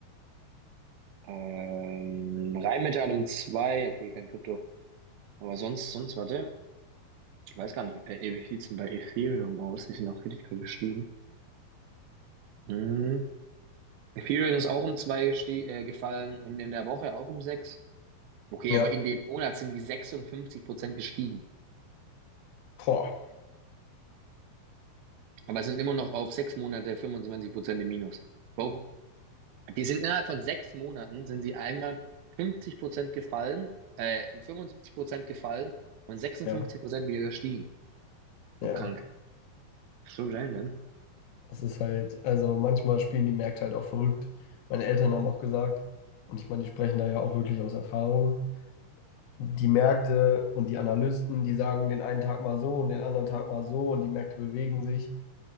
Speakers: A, on the right; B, on the left.
A: ähm, Rheinmetall um zwei. okay, kein Krypto. Aber sonst, sonst, warte, ich weiß gar nicht, äh, wie sieht's denn bei Ethereum aus? Die sind auch richtig gestiegen. Mhm. Ethereum ist auch um zwei geste- äh, gefallen und in der Woche auch um sechs. Okay,
B: Ja,
A: aber in dem Monat sind die 56 Prozent gestiegen.
B: boah.
A: Aber sind immer noch auf sechs Monate 25 Prozent im Minus. Wow. Die sind innerhalb von sechs Monaten sind sie einmal 50 Prozent gefallen, äh, 75 Prozent gefallen und 56
B: Ja,
A: Prozent wieder gestiegen. So
B: ja.
A: krank. So random.
B: Das ist halt, also manchmal spielen die Märkte halt auch verrückt. Meine Eltern haben auch gesagt, und ich meine, die sprechen da ja auch wirklich aus Erfahrung. Die Märkte und die Analysten, die sagen den einen Tag mal so und den anderen Tag mal so und die Märkte bewegen sich.